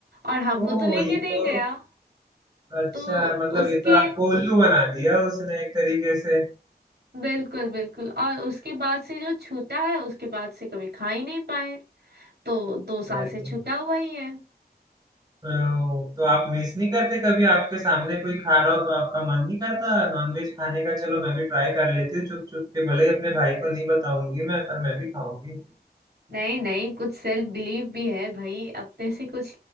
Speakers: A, on the right; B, on the right.
A: और हमको
B: ओ
A: तो लेके
B: ये
A: नहीं
B: तो
A: गया
B: अच्छा
A: तो
B: मतलब
A: उसके
B: ये तो आपको उल्लू बना दिया उसने एक तरीके से
A: बिल्कुल बिल्कुल और उसके बाद से जो छूटा है उसके बाद से कभी खा ही नहीं पाए तो दो साल
B: अरे
A: से छूटा हुआ ही है
B: तो, तो आप मिस नहीं करते कभी आपके सामने कोई खा रहा हो तो आपका मन नहीं करता नॉनवेज खाने का चलो मैं भी ट्राई कर लेती हूँ चुप चुप के भले ही अपने भाई को नहीं बताऊंगी मैं पर मैं भी खाऊंगी
A: नहीं नहीं कुछ सेल्फ बिलीव भी है भाई अपने से कुछ